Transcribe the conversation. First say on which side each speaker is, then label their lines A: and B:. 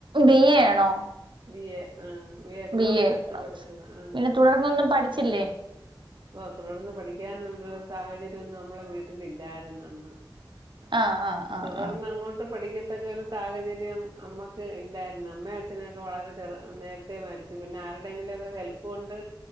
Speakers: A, on the right; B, on the right.
A: ബി എ ആണോ?
B: ബി എ ആഹ് എക്കനാമിക്സ്
A: ബി എ എക്കണോമിക്സ്
B: എടുത്ത് പഠിച്ചതാ. ആഹ്
A: പിന്നെ തുടർന്നൊന്നും പഠിച്ചില്ലേ
B: ഓഹ് തുടർന്ന് പഠിക്കാനുള്ള സാഹചര്യോന്നും ന്ന മ്മളെ വീട്ടിലില്ലായിരുന്നു അന്ന്.
A: ആഹ് ആഹ് ആഹ്
B: തുടർന്നഅങ്ങോട്ട്
A: ആഹ്
B: പഠിക്കു തെക്കെ ഒരു സാഹചര്യം അമ്മക്ക് ഇല്ലായിരുന്നു അമ്മേ അച്ഛനൊക്കെ വളരെ ചെറു നേര് ത്തെ മരിച്ചു പിന്നെ ആരുടെങ്കിലും ഹെൽപ്പ് കൊണ്ട്